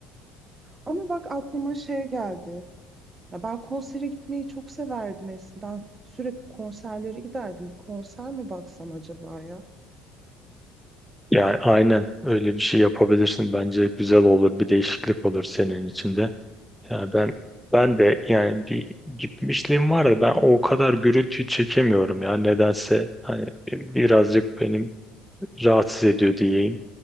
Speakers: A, on the right (about 25°); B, in the centre.
A: Ama bak aklıma şey geldi. Ya ben konsere gitmeyi çok severdim eskiden. Sürekli konserlere giderdim. Bir konser mi baksam acaba ya?
B: Yani aynen öyle bir şey yapabilirsin. Bence güzel olur. Bir değişiklik olur senin için de. Yani ben ben de yani bir gitmişliğim var da ben o kadar gürültü çekemiyorum ya nedense hani birazcık benim rahatsız ediyor diyeyim.